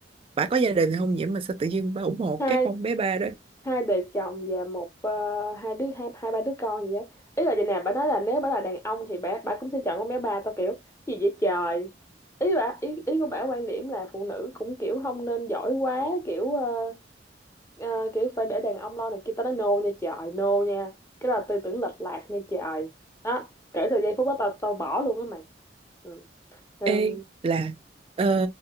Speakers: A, on the right (about 30°); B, on the left (about 15°).
A: bà có gia đình không vậy mà sao tự nhiên bà ủng hộ
B: hai
A: cái con bé ba đó
B: hai đời chồng và một ờ, hai đứa hai hai ba đứa con gì á ý là vậy nè bà nói là nếu bà là đàn ông thì bà bà cũng sẽ chọn con bé ba tao kiểu gì vậy trời ý bà ý ý của bà quan điểm là phụ nữ cũng kiểu không nên giỏi quá kiểu ờ, ờ, kiểu phải để đàn ông lo này kia tao nói nô nha trời nô nha cái là tư tưởng lệch lạc nha trời đó kể từ giây phút đó tao tao bỏ luôn á mày ừ. ừ.
A: ê là ờ,